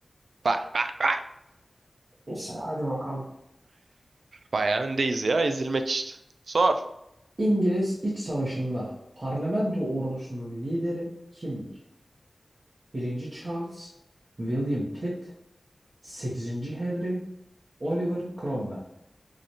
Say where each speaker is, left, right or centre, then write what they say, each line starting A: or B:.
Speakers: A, on the right; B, on the right.
A: Vay vay vay.
B: Neyse hadi bakalım.
A: Bayağı öndeyiz ya ezilmek işte. Sor.
B: İngiliz İç Savaşı'nda parlamento ordusunun lideri kimdir? Birinci Charles, William Pitt, Sekizinci Henry, Oliver Cromwell,